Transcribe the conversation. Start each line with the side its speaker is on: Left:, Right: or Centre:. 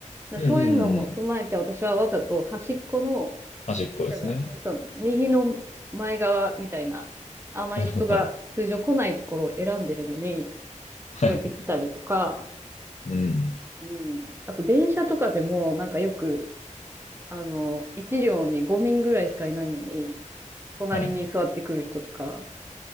Right: だそういうのも踏まえて、
Left: うんうんうんうん。
Right: 私はわざと端っこの、
Left: 端っこですね。
Right: なんか、その、右の前側みたいな、あまり人が通常来ないところを選んでるのに、
Left: <laughs> はい。はい。
Right: そうやって来たりとか、
Left: うん。
Right: うん。あと、電車とかでも、なんかよく、あの、一両に5人ぐらいしかいないのに、隣に座ってくる人とか、
Left: はい。